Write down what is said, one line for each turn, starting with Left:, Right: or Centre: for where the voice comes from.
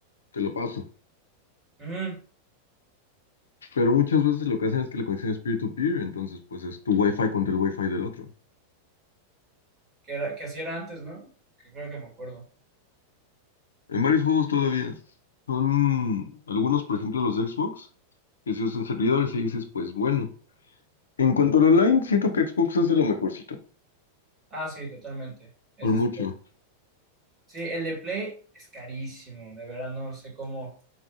Left: te lo paso.
Right: Ujú,
Left: Pero muchas veces lo que hacen es que la conexión es peer-to-peer, entonces pues es tu wifi contra el wifi del otro.
Right: Que era, que así era antes, ¿no? Que creo que me acuerdo.
Left: En varios juegos todavía. Son algunos, por ejemplo, los de Xbox, que se usan servidores y dices, pues bueno. En cuanto al online, siento que Xbox es de lo mejorcito.
Right: Ah, sí, totalmente. Es
Left: Por
Right: este.
Left: mucho.
Right: Sí, el de Play es carísimo, de verdad no sé cómo,